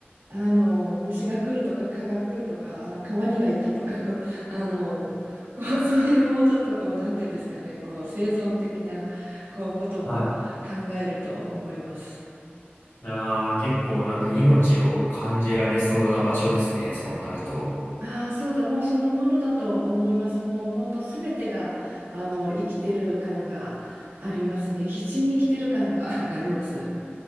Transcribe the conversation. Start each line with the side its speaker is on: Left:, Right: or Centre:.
Right: あの虫が来るとか蚊が来るとかあ川にがいたとか <laughs> あのこう <laughs> そういうもうちょっとこうなんていうんですかねこう生存的なこうことを考えると思います。
Left: はい。ああ、結構なんか命を感じられそうな場所ですね、そうなると。
Right: ああそうだもうそのものだと思います。もう本当すべてがあの生きてる感がありますね。必死に生きてる感が <laughs> あります。